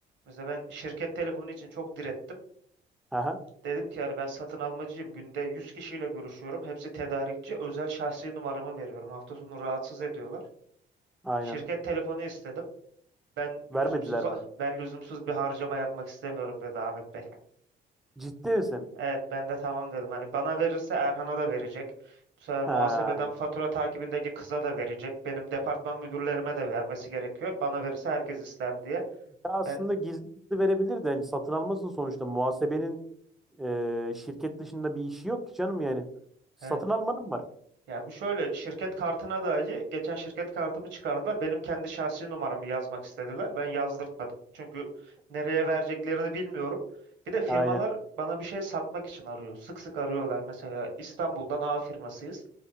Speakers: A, on the right; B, in the centre.
A: Mesela ben şirket telefonu için çok direttim.
B: Aha,
A: Dedim ki yani ben satın almacıyım. Günde 100 kişiyle görüşüyorum. Hepsi tedarikçi. Özel şahsi numaramı veriyorum. Hafta sonu rahatsız ediyorlar.
B: aynen.
A: Şirket telefonu istedim. Ben
B: Vermediler
A: lüzumsuz
B: mi?
A: <laughs> ben lüzumsuz bir harcama yapmak istemiyorum dedi Ahmet Bey.
B: Ciddi misin?
A: Evet ben de tamam dedim. Hani bana verirse Erhan'a da verecek. Bu sefer muhasebeden
B: Ha.
A: fatura takibindeki kıza da verecek. Benim departman müdürlerime de vermesi gerekiyor. Bana verirse herkes ister diye.
B: Ya aslında
A: Ben
B: gizli gizli verebilir de hani satın almasın sonuçta. Muhasebenin e, şirket dışında bir işi yok ki canım yani. Satın
A: evet,
B: almanın var.
A: Ya bu şöyle şirket kartına dahi geçen şirket kartımı çıkardılar. Benim kendi şahsi numaramı yazmak istediler. Ben yazdırtmadım. Çünkü nereye vereceklerini bilmiyorum. Bir de firmalar
B: Aynen.
A: bana bir şey satmak için arıyor. Sık sık arıyorlar. Mesela İstanbul'dan A firmasıyız.